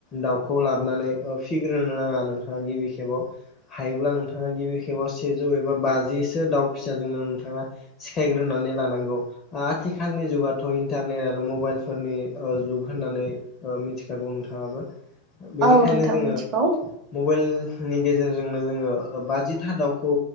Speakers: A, on the left; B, on the right.
A: दाउखौ लाबानै फिग्रोनो नाङा नोंथाङा गिबि खेबाव हायोब्ला नोंथाङा गिबि खेबाव सेजौ एबा बाजिसो दाउ फिसाजोंनो नोंथाङा खेग्रोनानै लानांगौ आथिखालनि जुगाथ' इन्टारनेट आरो मबाइलफोरनि जुग होननानै ओ मिथिखागौ नोंथाङाबो बेनिखायनो
B: औ नोंथां
A: जोङो
B: मिथिगौ
A: मबाइल नि गेजेरजोंनो जोङो बाजिथा दाउखौ